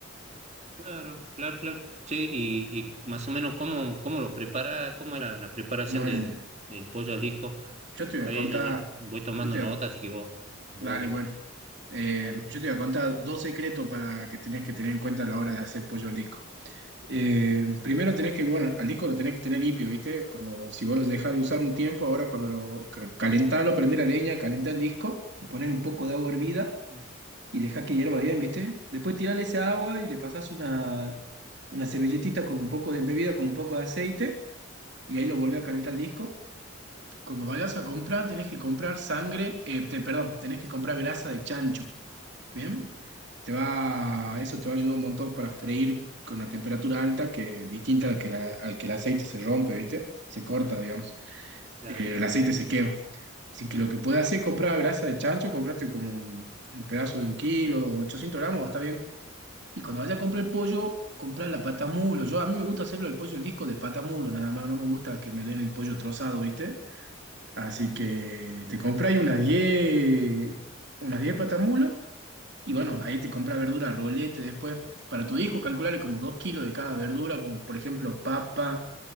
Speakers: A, on the right; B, on the right.
A: claro, claro, claro. Che, y, y más o menos cómo, cómo lo prepara, cómo es la, la preparación
B: Bueno,
A: de, del pollo al disco.
B: yo te voy
A: Ahí
B: a contar,
A: yo, yo voy tomando
B: yo te
A: nota,
B: voy a-
A: así que vos, vos,
B: dale, bueno, Eh,
A: vos-
B: yo te voy a contar dos secretos para que tenés que tener en cuenta a la hora de hacer pollo al disco. Eh, primero tenés que, bueno, al disco lo tenés que tener limpio, ¿viste? Cuando, si vos los dejás de usar un tiempo, ahora cuando lo ca- calentalo, prendés la leña, calentá el disco, poner un poco de agua hervida
A: mm,
B: y dejá que hierva bien, ¿viste? Después tirale esa agua y le pasás una, una servilletita con un poco de embebida, con un poco de aceite, y ahí lo volvés a calentar el disco. Cuando vayas a comprar, tenés que comprar sangre, eh, te- perdón, tenés que comprar grasa de chancho. Bien, te va, eso te va a ayudar un montón para freír con una temperatura alta que distinta a la que la- al que el aceite se rompe, ¿viste? Se corta, digamos.
A: claro.
B: Eh, el aceite se quema. Así que lo que puedes hacer es comprar grasa de chancho, comprate como un, un pedazo de un kilo, 800 gramos, está bien. Y cuando vayas a comprar el pollo, comprar la pata mulo. Yo a mí me gusta hacerlo el pollo, el disco de pata mulo, nada más, no me gusta que me den el pollo trozado, ¿viste? Así que te compras unas 10, unas 10 patamulos y bueno, ahí te compra verdura rolete después. Para tu disco, calcularle como 2 kilos de cada verdura, como por ejemplo papa,